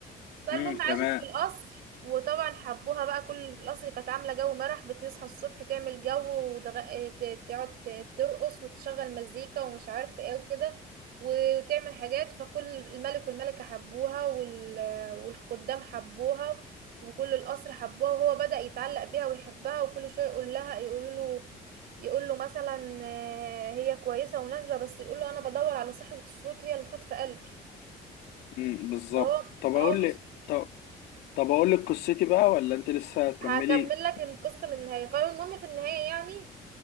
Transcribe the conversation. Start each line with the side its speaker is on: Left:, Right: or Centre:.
Right: فالمهم
Left: امم
Right: عاشت
Left: تمام
Right: في القصر وطبعا حبوها بقى كل اللي في القصر كانت عاملة جو مرح بتصحى الصبح تعمل جو وتغ- ت- تقعد ت- ترقص وتشغل مزيكا ومش عارفة ايه وكده وتعمل حاجات فكل الملك والملكة حبوها وال... والخدام حبوها وكل القصر حبوها وهو بدأ يتعلق بيها ويحبها وكل شوية يقول لها يقول له يقول له مثلا آه، هي كويسة ومناسبة بس يقول له انا بدور على صاحبة الصوت هي اللي خاطفة قلبي
Left: امم بالظبط
Right: فهو
Left: طب اقول
Right: اه مش
Left: لك طب طب اقول لك قصتي بقى ولا انت لسه هتكملي
Right: هكمل لك القصة للنهاية فالمهم في النهاية يعني